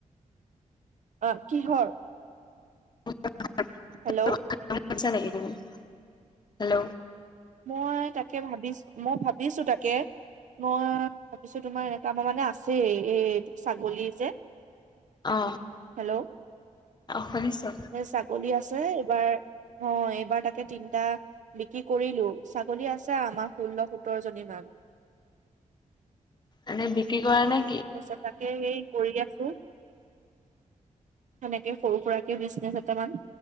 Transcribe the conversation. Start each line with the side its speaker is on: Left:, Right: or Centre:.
Right: অ' কিহৰ?
Left: <unintelligible>
Right: হেল্ল'।
Left: <unintelligible> হেল্ল'।
Right: মই তাকে ভাবিছ, মই ভাবিছোঁ তাকে। মই ভাবিছোঁ তোমাৰ এটাপা মানে আছেই এই ছাগলী যে।
Left: অ
Right: হেল্ল'।
Left: শুনিছো।
Right: হে ছা গলি আছে এইবাৰ, অ' এইবাৰ তাকে তিনটা বিক্ৰী কৰিলোঁ। ছাগলী আছে আমাৰ ষোল্ল সোতৰজনী মান।
Left: এনে বিক্ৰী কৰানে?
Right: তাৰপিছত তাকে সেই কৰি আছোঁ সেনেকে সৰু সুৰাকে বিজনেছ এটামান।